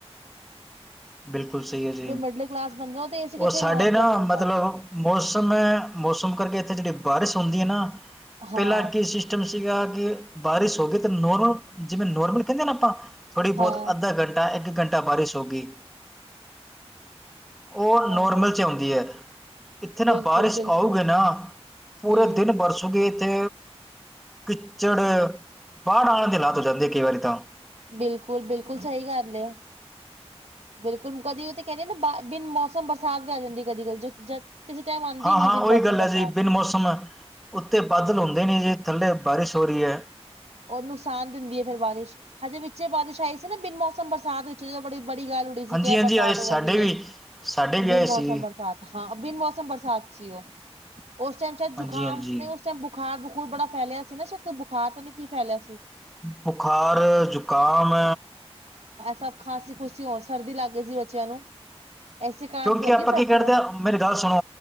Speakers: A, in the centre; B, on the right.
A: ਬਿਲਕੁੱਲ ਸਈ ਐ ਜੀ।
B: ਜੋ ਮਿਡਲ ਕਲਾਸ ਬੰਦਾ ਉਹ ਤੇ ਏਸੀ
A: ਓ
B: ਕਿੱਥੇ
A: ਸਾਡੇ
B: ਲਵਾਉਣਗੇ
A: ਨਾ
B: ਆਪਣੇ
A: ਮਤਲਬ
B: ਘਰ
A: ਮੌਸਮ-ਮੌਸਮ ਕਰਕੇ ਏ ਜੇੜੀ ਬਾਰਿਸ਼ ਹੁੰਦੀ ਐ ਨਾ
B: ਹਾਂ
A: ਪਿਲਾ ਕੀ ਸਿਸਟਮ ਸੀਗਾ ਕਿ ਬਾਰਿਸ਼ ਹੋਗੀ ਤੇ ਨੋਰਮਲ ਜਿਵੇਂ ਨੋਰਮਲ ਕੇਂਦੇ ਆ ਨਾ ਆਪਾਂ ਥੋੜ੍ਹੀ
B: ਹਾਂ
A: ਬੋਤ ਅੱਧਾ ਘੰਟਾ ਇੱਕ ਘੰਟਾ ਬਾਰਿਸ਼ ਹੋ ਗੀ। ਓ
B: ਹਾਂ
A: ਨੋਰਮਲ ਚ ਓਂਦੀ ਐ ਇੱਥੇ ਨਾ
B: ਬਿਲਕੁਲ
A: ਬਾਰਿਸ਼
B: ਬਿਲਕੁਲ
A: ਆਉ ਗੇ ਨਾ ਪੂਰੇ
B: ਹਮ
A: ਦਿਨ ਵਰਸੋਗੇ ਇੱਥੇ ਕਿੱਚੜ ਬਾੜ ਆਣ ਦੇ ਹਾਲਾਤ ਹੋ ਜਾਂਦੇ ਆ ਕਈ ਵਾਰੀ ਤਾਂ
B: ਬਿਲਕੁੱਲ ਬਿਲਕੁੱਲ ਸਈ ਗੱਲ ਐ ਬਿਲਕੁੱਲ ਕਦੀ ਓ ਤੇ <unintelligible> ਨਾ ਬਿਨ ਮੌਸਮ ਬਰਸਾਤ ਵੀ ਆ ਜਾਂਦੀ ਕਦੀ-ਕਦੀ ਜ ਜਦ ਕਿਸੇ ਟਾਈਮ ਆਉਂਦੀ
A: ਹਾਂ-ਹਾਂ
B: ਨੀ ਬਿਨ
A: ਓਹੀ
B: ਮੌਸਮ
A: ਗੱਲ
B: ਬਰਸਾਤ
A: ਐ ਜੀ ਬਿਨ ਮੌਸਮ ਉੱਤੇ ਬਾਦਲ ਹੁੰਦੇ ਨੇ ਜੀ ਥੱਲੇ ਬਾਰਿਸ਼ ਹੋ ਰੀ ਐ
B: ਓ ਨੁਕਸਾਨ ਦਿੰਦੀ ਐ ਫਿਰ ਬਾਰਿਸ਼ ਹਜੇ ਵਿੱਚੇ ਬਾਰਿਸ਼ ਆਈ ਸੀ ਨਾ ਬਿਨ ਮੌਸਮ ਬਰਸਾਤ ਵਿੱਚ ਜਦੋਂ ਬੜੀ ਬੜੀ ਗੱਲ ਉੜੀ ਸੀ
A: ਹਾਂਜੀ
B: ਕਿਆ
A: ਹਾਂਜੀ
B: ਬਰਸਾਤ
A: ਆਏ ਸਾਡੇ
B: ਹੋਦੀ
A: ਵੀ
B: ਐ
A: ਸਾਡੇ ਵੀ
B: ਬਿਨ
A: ਆਏ
B: ਮੌਸਮ
A: ਸੀ
B: ਬਰਸਾਤ ਹਾਂ ਬਿਨ ਮੌਸਮ ਬਰਸਾਤ ਸੀ ਉਹ। ਉਸ ਟਾਈਮ ਸ਼ਾਇਦ ਜੁਖਾਮ
A: ਹਾਂਜੀ ਹਾਂਜੀ
B: ਨਈ ਉਸ ਟਾਈਮ ਬੁਖਾਰ ਬਖੂਰ ਬੜਾ ਫੈਲਿਆ ਸੀ ਨਾ ਸ਼ਾਇਦ ਕੋਈ ਬੁਖਾਰ ਤਾਂ ਨੀ ਕੀ ਫੈਲਿਆ ਸੀ।
A: ਬੁਖਾਰ, ਜ਼ੁਕਾਮ
B: ਸਭ ਖਾਂਸੀ ਖੁੰਸੀ ਹੋਣ ਸਰਦੀ ਲੱਗ ਗਈ ਸੀ ਬੱਚਿਆਂ ਨੂੰ ਐਸੇ ਕਾਰਨ
A: ਕਿਉਂਕਿ
B: ਤਾਂ ਲੱਗੀ
A: ਆਪਾਂ
B: ਸਰਦੀਆਂ
A: ਕੀ ਕਰਦੇ ਆ ਮੇਰੀ ਗੱਲ ਸੁਣੋ